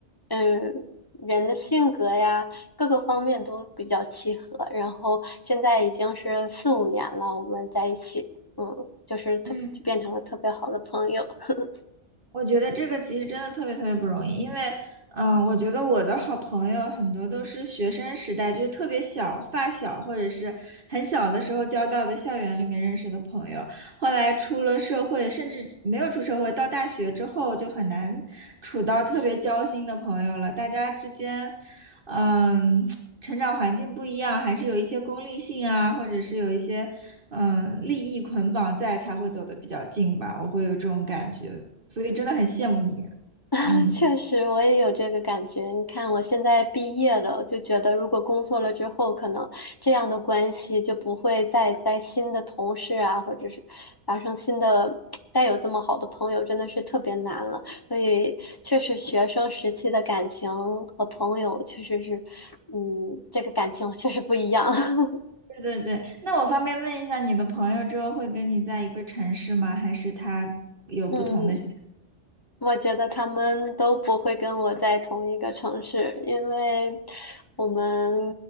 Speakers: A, on the left; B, on the right.
A: 嗯人的性格呀。各个方面都比较契合。然后现在已经是四五年了，我们在一起，嗯，就是特就变成了特别好的朋友。
B: 嗯。
A: <laughs>
B: 我觉得这个其实真的特别特别不容易，因为，嗯，我觉得我的好朋友很多都是学生时代，就是特别小、发小，或者是很小的时候交到的校园里面认识的朋友，后来出了社会，甚至没有出社会，到大学之后就很难处到特别交心的朋友了。大家之间，嗯，成长环境不一样，还是有一些功利性啊，或者是有一些，嗯，利益捆绑在，才会走得比较近吧。我会有这种感觉。所以真的很羡慕你。
A: <laughs> 啊，
B: 嗯，
A: 确实，我也有这个感觉。你看，我现在毕业了，就觉得如果工作了之后，可能这样的关系就不会再在新的同事啊，或者是发生新的，再有这么好的朋友，真的是特别难了。所以，确实学生时期的感情和朋友确实是，嗯，这个感情确实不一样。<laughs>
B: 对对对。那我方便问一下，你的朋友之后会跟你在一个城市吗？还是他有不同的选？
A: 嗯，我觉得他们都不会跟我在同一个城市，因为我们